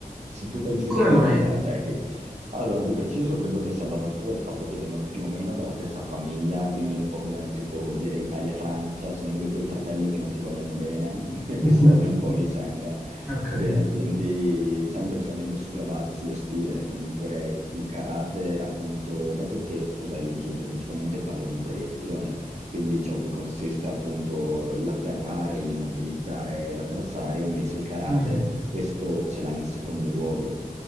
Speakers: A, on the right; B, in the centre.
A: Se tu fai judo,
B: come mai?
A: odi i karateki. Allora, di preciso credo che sia basato dal fatto che vengono più o meno dalla stessa famiglia, quindi è un po' come si può dire Italia e Francia, sono due quei fratelli che non si vogliono bene, <laughs> che
B: <laughs>
A: si odiano un po' a vicenda.
B: Ho capito.
A: Bene, quindi diciamo principalmente sulla base, sullo stile, comunque il karate, appunto, dato che cos'è lo judo, principalmente parla di proiezioni, quindi ciò che consiste appunto l'atterrare, l'immobilizzare l'avversario, invece il karate
B: Mm.
A: questo ce l'ha in secondo luogo